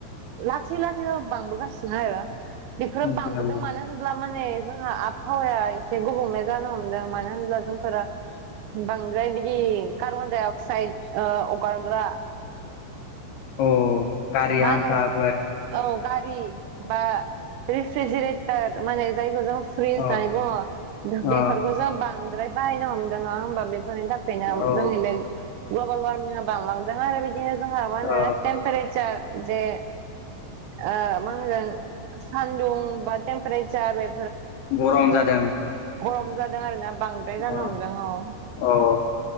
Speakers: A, on the right (about 80°); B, on the left (about 75°).
A: लासै लासै बांबो गासिनो आरो बेफोरो
B: मिथिनांदों
A: बांबोदों मानो होनब्ला माने जोंहा आबहावाया एसे गुबुंले जानो हमदों मानो होनब्ला जोंफोरो बांद्राय बिदि कार्बन डाइ अक्साइद ओ अगारग्रा
B: अ गारिया
A: मा होनो
B: आंखाफोर
A: औ गारि बा रेफ्रिजेरेटर माने जायखौ जों फ्रिज
B: अ
A: डायब बेफोरखौ
B: अ
A: जों बांद्राय बाहायनो हमदों नङा होमबा बे फोरनि थाखायनो
B: औ
A: जोंनि बे ग्लबेल वारमिंआ बांलांदों आरो बि दिनो जोंहा मा होनो
B: औ
A: टेमपेरेचार जे ओ मा होनगोन सान्दुं बा टेमपेरेचार बे
B: गरम जादों
A: गरम जादों आरो ना बांद्राय जानो
B: अ
A: हमदों औ
B: औ